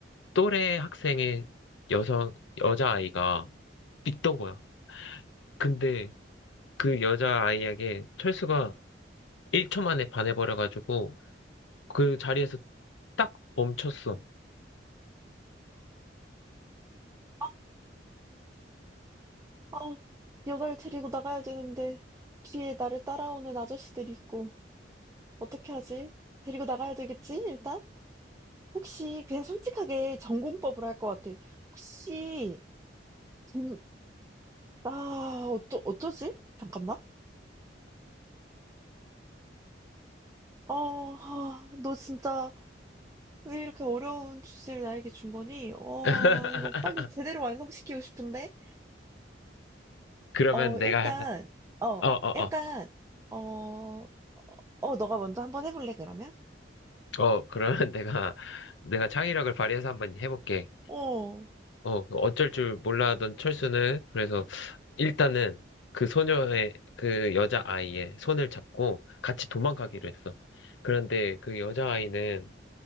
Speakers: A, on the left (about 80°); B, on the right (about 15°).
A: 또래 학생의 여성, 여자아이가 있던 거야. 근데 그 여자아이에게 철수가 1초 만에 반해버려가지고 그 자리에서 딱 멈췄어.
B: 아, 아, 여자를 데리고 나가야 되는데 뒤에 나를 따라오는 아저씨들이 있고. '어떻게 하지? 데리고 나가야 되겠지 일단?' 혹시 그냥 솔직하게 전공법으로 할 것 같아. 혹시 김 아 어쩌 어쩌지? 잠깐만. 어 아 너 진짜 왜 이렇게 어려운 주제를 나에게 준 거니? 어
A: <laughs>
B: 이거 빨리 제대로 완성시키고 싶은데.
A: 그러면
B: 어
A: 내가,
B: 일단 어
A: 어어어.
B: 약간 어 어 너가 먼저 한번 해 볼래 그러면?
A: 어, 그러면 <laughs> 내가, 내가 창의력을 발휘해서 한번 해볼게.
B: 어.
A: 어, 그 어쩔 줄 몰라하던 철수는, 그래서 일단은 그 소녀의, 그 여자아이의 손을 잡고 같이 도망가기로 했어. 그런데 그 여자아이는